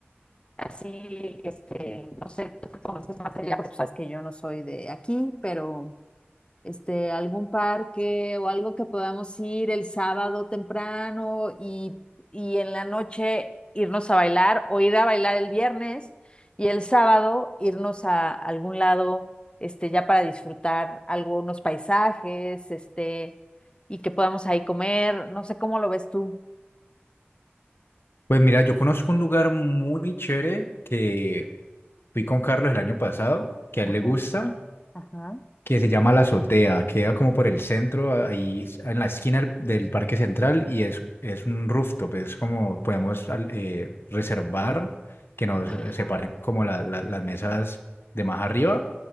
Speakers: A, on the left (about 25°); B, on the left (about 60°).
A: así, este, no sé, tú que conoces más allá, porque sabes que yo no soy de aquí, pero este, algún parque o algo que podamos ir el sábado temprano y, y en la noche irnos a bailar o ir a bailar el viernes y el sábado irnos a algún lado, este, ya para disfrutar algunos paisajes, este, y que podamos ahí comer, no sé cómo lo ves tú.
B: Pues mira, yo conozco un lugar muy chévere que fui con Carlos el año pasado, que a
A: Ajá,
B: él le gusta.
A: ajá,
B: que se llama La Azotea, queda como por el centro, ahí en la esquina del, del Parque Central y es, es un rooftop, es como podemos al- eh, reservar que nos
A: ajá,
B: separen como la- la- las mesas de más arriba